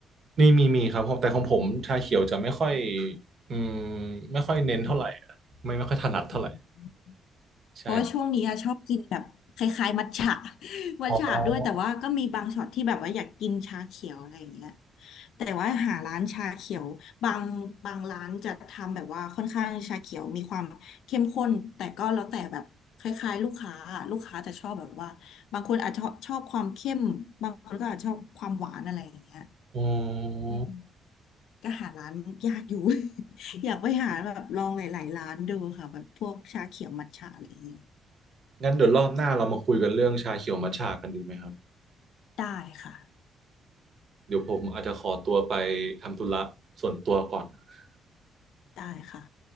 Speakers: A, on the right (about 50°); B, on the left (about 80°).
A: นี่มีมีครับแต่ของผมชาเขียวจะไม่ค่อยอืมไม่ค่อยเน้นเท่าไหร่อะไม่ไม่ค่อยถนัดเท่าไหร่
B: อืม
A: ใช่
B: เพราะว่าช่วงนี้อะชอบกินแบบคล้ายๆมัทฉะ <laughs> มัทฉะ
A: อ๋อ
B: <laughs> ด้วยแต่ว่าก็มีบางช็อตที่แบบว่าอยากกินชาเขียวอะไรอย่างเงี้ยแต่ว่าหาร้านชาเขียวบางบางร้านจะทำแบบว่าค่อนข้างชาเขียวมีความเข้มข้นแต่ก็แล้วแต่แบบคล้ายๆลูกค้าอะลูกค้าจะชอบแบบว่าบางคนอาจจะชอบความเข้มบางคนก็อาจจะชอบความหวานอะไรอย่างเงี้ย
A: อื
B: อืม
A: ม
B: ก็หาร้านยากอยู่ <laughs> อยากไปหาแบบลองหลายๆร้านดูค่ะแบบพวกชาเขียวมัทฉะอะไรอย่างงี้
A: งั้นเดี๋ยวรอบหน้าเรามาคุยกันเรื่องชาเขียวมัทฉะกันดีไหมครับ
B: ได้ค่ะ
A: เดี๋ยวผมอาจจะขอตัวไปทำธุระส่วนตัวก่อนนะคร
B: ได้ค่ะ